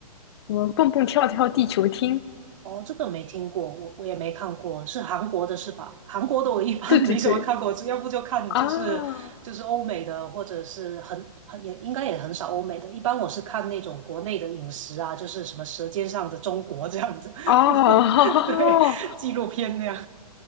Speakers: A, on the left; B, on the right.
A: 什么“蹦蹦跳跳地球厅”，
B: 哦，这个没听过，我我也没看过，是韩国的是吧？韩国的我一般
A: 对对对，
B: <laughs> 没什么看过，只要不就看就是就是欧美的，
A: 啊
B: 或者是很很也应该也很少欧美的。一般我是看那种国内的饮食啊，就是什么《舌尖上的中国》这样子，
A: 啊
B: <laughs> 对，纪录片那样，